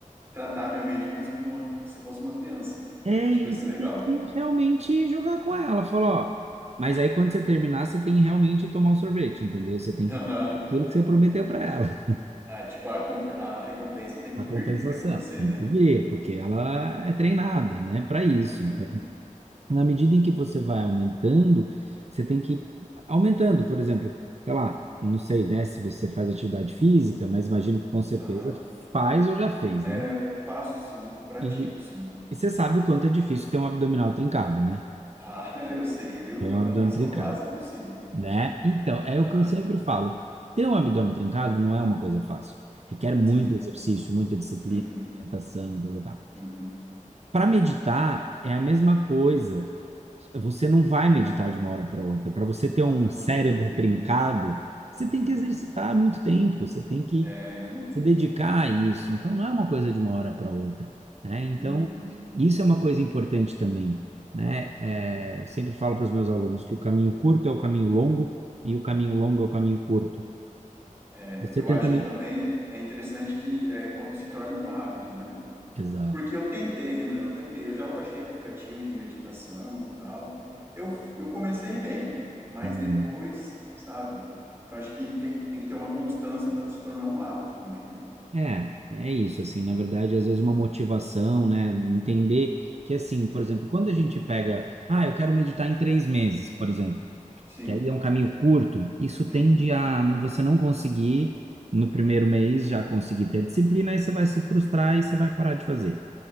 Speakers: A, on the right; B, on the right.
A: tratar minha mente como se, for uma- se fosse uma criança.
B: É,
A: Acho
B: e
A: que vai
B: aí
A: ser
B: você
A: legal.
B: tem que realmente jogar com ela. Falou, ó. Mas aí quando você terminar, você tem que realmente tomar um sorvete, entendeu? Você tem
A: <laughs>
B: que
A: Aham.
B: cumprir aquilo que você prometeu para ela,
A: Ah, tipo, a, comp- a recompensa
B: <laughs>
A: tem que
B: a compensação.
A: vir, tem que acontecer,
B: Tem
A: né?
B: que vir, porque ela é treinada, né, para isso.
A: Uhum.
B: Então, na medida em que você vai aumentando, você tem que ir aumentando, por exemplo, sei lá, não sei, né, se você faz atividade física, mas imagino que com certeza
A: Aham.
B: faz ou já fez,
A: É,
B: né?
A: eu faço sim, pratico
B: E,
A: sim.
B: e você sabe o quanto é difícil ter um abdominal trincado, né?
A: Ah, <laughs> eu sei, viu?
B: Tem um
A: É uma
B: abdômen
A: missão
B: trincado.
A: quase impossível.
B: né? Então, é
A: Aham.
B: o que eu sempre falo. Ter um abdômen trincado não é uma coisa fácil. Requer muito
A: Sim.
B: exercício, muita disciplina,
A: Uhum.
B: alimentação, tá, tá, tá.
A: Uhum.
B: Para meditar é a mesma coisa. Você não vai meditar de uma hora para outra. Para você ter
A: Ah,
B: um cérebro
A: entendi.
B: trincado, você tem
A: Uhum.
B: que exercitar muito tempo, você tem que
A: É, né?
B: se dedicar a isso. Então, não é uma coisa de uma hora para outra, né? Então,
A: Hum.
B: isso é uma coisa importante também, né? É, eu sempre falo para os meus alunos que o caminho curto é o caminho longo e o caminho longo é o caminho curto.
A: É,
B: Você
A: eu
B: tenta
A: acho
B: me...
A: que também é interessante que é, quando se torna um hábito, né?
B: Exato.
A: Porque eu tentei, Renan, eu tentei, eu já baixei aplicativo de meditação e tal. Eu, eu comecei bem, mas
B: Uhum.
A: depois, sabe? Então acho que tem, tem que ter uma constância para se tornar um hábito também, né?
B: É, é isso, assim, na verdade, às vezes uma motivação, né, entender que, assim, por exemplo, quando a gente pega, ah, eu quero meditar em três meses, por exemplo,
A: Sim.
B: que aí é um caminho curto, isso tende
A: Uhum.
B: a n- você não conseguir, no primeiro mês, já conseguir ter disciplina, aí você vai se frustrar e você vai parar de fazer.